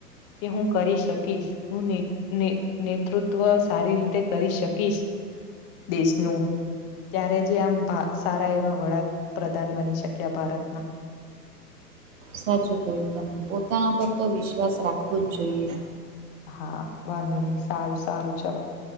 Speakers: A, on the left (about 35°); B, on the right (about 50°).
A: કે હું કરી શકીશ હું નેને નેતૃત્વ સારી રીતે કરી શકીશ દેશનું ત્યારે જે આમ સારા એવા વડા પ્રધાન બની શક્યા ભારતના
B: સાચું કહ્યું તમે પોતાના પર તો વિશ્વાસ રાખવો જ જોઈએ
A: હા વાંધો નહી સારું સારું ચલો